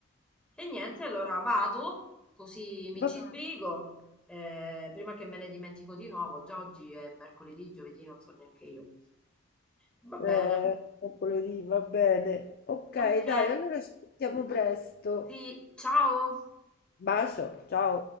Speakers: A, in the centre; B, on the left (about 50°).
A: E niente, allora vado, così mi
B: Va-
A: ci sbrigo. eh, prima che me ne dimentico di nuovo, già oggi è mercoledì, giovedì, non so neanche io. Va bene,
B: Eh, mercoledì, va bene. Ok,
A: ok,
B: dai, allora ci sentiamo presto.
A: sì, ciao.
B: Bacio, ciao.